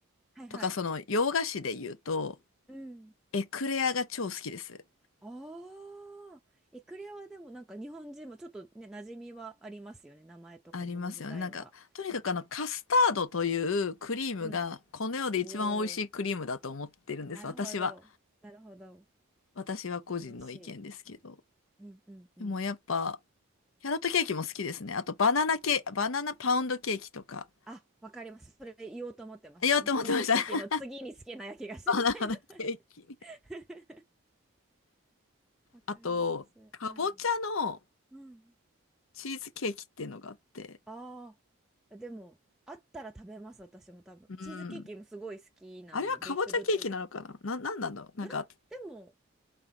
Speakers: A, in the centre; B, on the left.
A: はいはい。
B: とか、その、洋菓子で言うと、
A: うん。
B: エクレアが超好きです。
A: ああ、エクレアはでもなんか日本人もちょっとね、馴染みはありますよね。名前とかもの自体は。
B: ありますよね。なんか、とにかくあの、カスタードというクリームが、
A: うん。
B: この世で一番美味しいクリームだと思ってるんです。
A: おお、なるほど。
B: 私は。
A: なるほど。
B: 私は個人の意見ですけど。
A: 美味しい。うんうんうん。
B: でもやっぱ、キャロットケーキも好きですね。あと、バナナケー、バナナパウンドケーキとか。
A: あ、わかります。それ言おうと思ってました。
B: 言おうと思ってました。
A: もうキャロットケーキの次に好きな焼き菓子みたいな。
B: <laughs> バナナケーキ。
A: <laughs> わかります。
B: あと、かぼちゃの
A: うん。うん。
B: チーズケーキっていうのがあって。
A: ああ、でも、あったら食べます、私も多分。
B: うん。
A: チーズケーキもすごい好きなんで、
B: あれはかぼちゃケーキなのかなな、
A: ベイクドチーズケーキ。
B: なんなんだろう。なんか、
A: いや、でも、